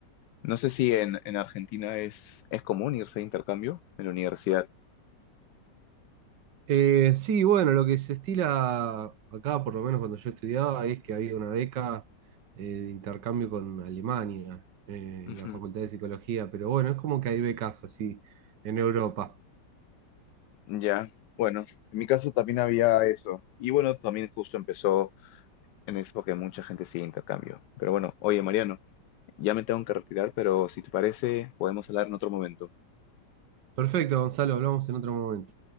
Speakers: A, on the left (about 75°); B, on the right (about 75°).
A: No sé si en, en Argentina es, es común irse de intercambio en la universidad.
B: Eh, sí, bueno, lo que se estila acá, por lo menos cuando yo estudiaba, es que había una beca eh, de intercambio con Alemania eh,
A: Ujú.
B: en la Facultad de Psicología, pero bueno, es como que hay becas así en Europa.
A: Ya, bueno, en mi caso también había eso. Y bueno, también justo empezó en eso porque mucha gente sigue intercambio. Pero bueno, oye Mariano, ya me tengo que retirar, pero si te parece, podemos hablar en otro momento.
B: Perfecto, Gonzalo, hablamos en otro momento.